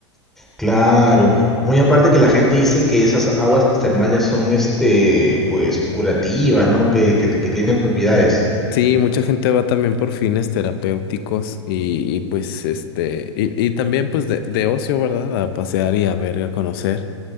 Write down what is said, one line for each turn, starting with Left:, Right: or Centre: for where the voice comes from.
Centre: Claro. Muy aparte que la gente dice que esas aguas termales son, este, pues, curativas, ¿no? Que, que, que tienen propiedades.
Left: Sí, mucha gente va también por fines terapéuticos y, y, pues este, y, y también pues de, de ocio, ¿verdad? A pasear y a ver, a conocer.